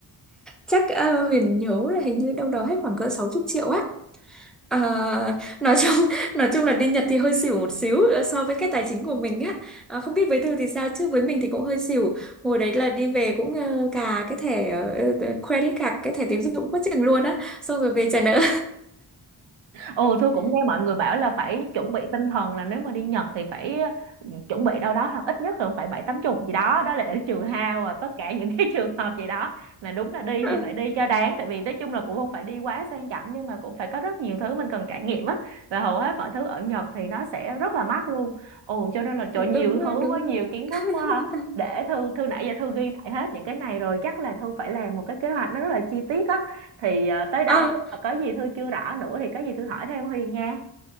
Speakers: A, in the centre; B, on the right.
A: Chắc ờ, Huyền nhớ là hình như đâu đó hết khoảng cỡ 60 triệu á. Ờ, nói chung <laughs> nói chung là đi Nhật thì hơi xỉu một xíu ờ, so với cái tài chính của mình á. Ờ, không biết với Thư thì sao chứ với mình thì cũng hơi xỉu. Hồi đấy là đi về cũng ờ, cà cái thẻ ờ, ờ, ờ, credit card, cái thẻ tín dụng quá chừng luôn á, xong rồi về trả nợ.
B: Ồ, Thu cũng nghe mọi người bảo là phải chuẩn bị tinh thần là nếu mà đi Nhật thì phải ừ, chuẩn bị đâu đó là ít nhất là cũng phải bảy tám chục gì đó đó là để trừ hao và tất cả những cái <laughs> trường hợp gì đó là đúng là đi
A: <laughs>
B: thì phải đi cho đáng tại vì nói chung là cũng không phải đi quá sang chảnh nhưng mà cũng phải có rất nhiều thứ mình cần trải nghiệm á và hầu hết mọi thứ ở Nhật thì nó sẽ rất là mắc luôn ồ cho nên là trời nhiều
A: Đúng
B: thứ
A: rồi, đúng
B: quá nhiều
A: rồi.
B: kiến
A: <laughs>
B: thức quá ha. để Thư Thư nãy giờ Thư ghi lại hết những cái này rồi chắc là Thư phải làm một cái kế hoạch nó rất là chi tiết á thì ờ, tới đó
A: Ờ,
B: nếu mà có gì Thư chưa rõ nữa thì có gì Thư hỏi thêm Huyền nha